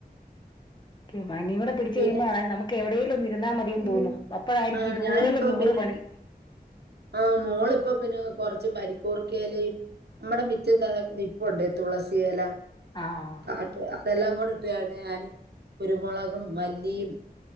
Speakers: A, on the left; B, on the right.
A: പനിം കൂടെ പിടിച്ചു
B: പിന്നെ
A: കഴിയുമ്പോ അറിയാം നമുക്ക് എവിടെലും ഒന്ന് ഇരുന്നാ മതീന്ന്
B: ഈ,
A: തോന്നും അപ്പളായിരിക്കും
B: ആ
A: ഇതുപോലെ
B: ഞാനിപ്പം
A: നൂറ്
B: പിന്നെ
A: പണി
B: ആ മോള് ഇപ്പം പിന്നെ കൊറച്ച് പനിക്കൂർക്കേലയും മ്മടെ മിറ്റത്ത് അതൊക്കെ നിപ്പോണ്ട് തുളസിയല
A: ആഹ്
B: കാട്ട് അതെല്ലാം കൂടി ട്ട് വേണ്ടേ ഞാന് കുരുമുളകും മല്ലിയും